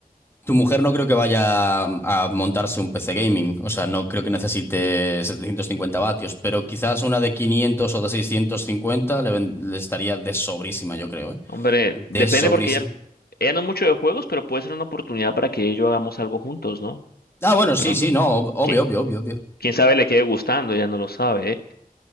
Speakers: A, on the left; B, on the left.
A: Tu mujer no creo que vaya a montarse un PC gaming, o sea, no creo que necesite 750 vatios, pero quizás una de 500 o de 650 le, ven- le estaría de sobrísima, yo creo, ¿eh?
B: Hombre,
A: De
B: depende
A: sobrísima.
B: porque ella, ella no es mucho de juegos, pero puede ser una oportunidad para que ella y yo hagamos algo juntos, ¿no?
A: Ah, bueno,
B: De pronto,
A: sí, sí, no, ob- obvio,
B: quién,
A: obvio, obvio, obvio.
B: quién sabe le quede gustando, ella no lo sabe, ¿eh?